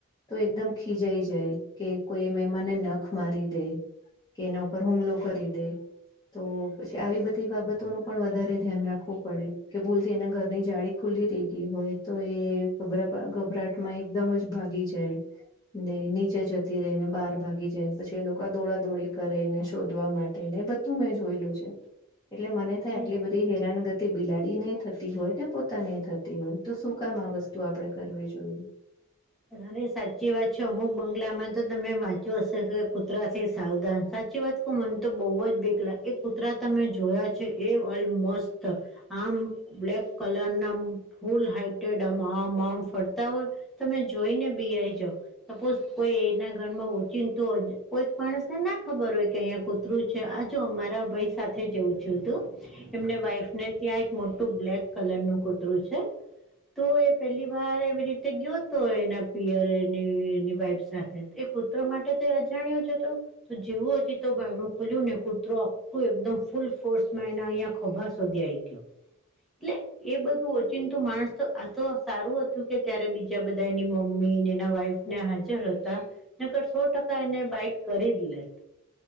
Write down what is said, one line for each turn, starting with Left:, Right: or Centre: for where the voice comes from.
Left: તો એકદમ ખીજાઈ જાય કે કોઈ મહેમાનને નખ મારી દે, કે એના ઉપર હુમલો કરી દે, તો પછી આવી બધી બાબતોનું પણ વધારે ધ્યાન રાખવું પડે કે ભૂલતી એના ઘરની જાડી, ખુલી રહી ગઈ હોય તો એ ગરા ગભરાટ માં એકદમ જ ભાગી જાય. ને નીચે જતી રે ને બહાર ભાગી જાય ને પછી એ લોકો આ દોડા દોડી કરે ને શોધ વા માટે ને બધું મેં જોયેલું છે એટલે મને થાય
Centre: હમ
Left: આટલી બધી, હેરાનગતિ બિલાડી થતી હોય ને પોતાની થતી હોય તો શું કામ આ વસ્તુ આપણે કરવી જોઈએ.
Centre: અરે સાચી વાત છે અમુક બંગલામાં તો તમે વાંચ્યું હશે કે કુતરા થી સાવધાન સાચી વાત, મન તો બહુ જ બિકલા એ કૂતરા તમે જોયા છે એ ઓલમસ્ત આમ, બ્લેક કલર ના ફૂલ હાઈટેડ આમ આમ ફરતા હોય તમે, જોઈ ને બીઆઈ જાવ. સપોઝ કોઈ એના ઘરમાં ઓચીન તુ કોઈક માણસને ના ખબર હોય કે અહીંયા કોક <unintelligible> આ જો અમારા ભાઈ સાથે જવું થયુ તુ એમને વાઈફ ને ત્યાં એક મોટું બ્લેક કલર નું કૂતરું છે તોએ પેલી વાર એવી રીતે ગયો તો એના પિયર એની વાઈફ સાથે એ કુતરા માટે તો તે અજાણ્યો જ હતો તો જેવું હજી તો બાઈણું ખોલ્યું ને કૂતરો સુ એકદમ ફૂલ ફોર્સમાં એના અહીંયા ખભા સૂધી આ આવી ગયો એટલે એ બધું ઓચીતું માણસ તો આ તો સારું હતું કે ત્યારે બીજું ત્યાં બધા એની મમ્મી ને એના વાઈફ ને હાજર હતા નકર સો ટકા એને બાઈટ કરી જ લેત